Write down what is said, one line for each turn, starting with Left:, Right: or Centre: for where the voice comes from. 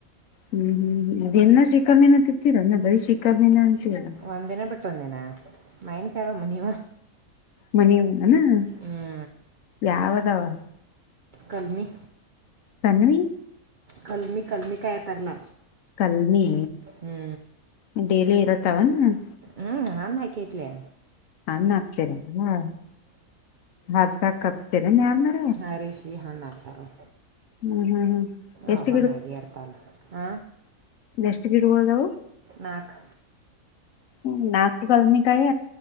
Left: ಹ್ಮ್ ಹ್ಮ್ ಹ್ಮ್ ದಿನ್ನಾ ಶಿಖರಣಿನ ತಿಂತೇರಿ ಏನ್ ಬರಿ ಶೀ ಕಮ್ಮಿನ ಆಂತಿ ಅಲಾ.
Right: ಒಂದ ದಿನ ಬಿಟ್ಟ ಒಂದ ದಿನ ಮಾವಿನಕಾಯಿ ಅದಾವ ಮಣಿವ.
Left: ಮಣಿವ ಅದಾವ ಏನ್
Right: ಹ್ಞೂ
Left: ಯಾವ ಅದಾವ?
Right: ಕಲ್ಮಿ.
Left: ಕನ್ವಿ?
Right: ಕಲ್ಮಿ ಕಲ್ಮಿಕಾಯಿ ತರಲ
Left: ಕಲ್ಮಿ.
Right: ಹ್ಞೂ
Left: ಡೈಲಿ ಇರತಾವ ಏನ್?
Right: ಹ್ಞ ಹಣ್ಣ ಹಾಕೇತ್ಲಾ.
Left: ಹಣ್ಣ ಹಾಕಿರಿ ಏನ್ ಹಾಕ್ಸಾಕ್ ಕರಸ್ತೇರಿ ಏನ್ ಯಾರ್ನ ಆರ?
Right: ಹಾ ರಿಷಿ ಹಣ್ಣ ಹಾಕ್ತಾರ ಅವ್ರ.
Left: ಹ್ಮ್ ಹ್ಮ್ ಹ್ಮ್. ಎಷ್ಟ್
Right: ಅವ ಹಣ್ಣ ಆಗೆ ಇರ್ತವಲ್ಲ ಹಾ.
Left: ಎಷ್ಟು ಗಿಡಗೋಳ ಅದಾವ?
Right: ನಾಕ್.
Left: ಹ್ಮ್ ನಾಲ್ಕು ಕಲ್ಮಿ ಕಾಯ?